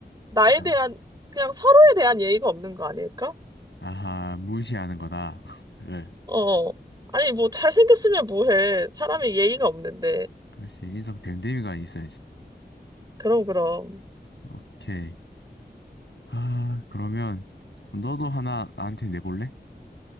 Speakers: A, on the right; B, on the left.
A: 나에
B: 아.
A: 대한, 그냥 서로에 대한 예의가 없는 거 아닐까?
B: 아하, 무시하는 거다. <laughs> 를.
A: 어. 아니, 뭐, 잘생겼으면 뭐해. 사람이 예의가 없는데.
B: 그렇지. 인성 됨됨이가 있어야지.
A: 그럼, 그럼.
B: 오케이. 아, 그러면 너도 하나 나한테 내볼래?